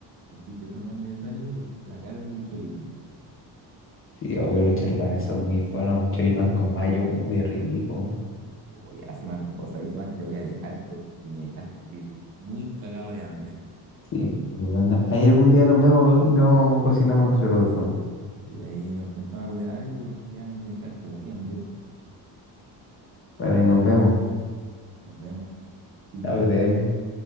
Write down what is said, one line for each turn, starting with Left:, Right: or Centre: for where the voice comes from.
Right: Así que eso no es necesario, el- la carne y choripán.
Left: Sí, oh, que los choripanes son muy buenos, choripán con mayo, uy, qué rico.
Right: Oye, ya se me antojó, ¿sabes qué más te voy a dejar? Porque me dejaste muy cagado de hambre.
Left: Sí. Bueno, ahí algún día nos vemos pues, y nos cocinamos entre los dos.
Right: Y ahí nos juntamos a comer algo porque ya me dejaste muy hambriento.
Left: Para ahí
Right: Ya
Left: nos
Right: hermano,
Left: vemos.
Right: nos vemos. Que estés
Left: Chao,
Right: bien.
Left: que te vaya bien.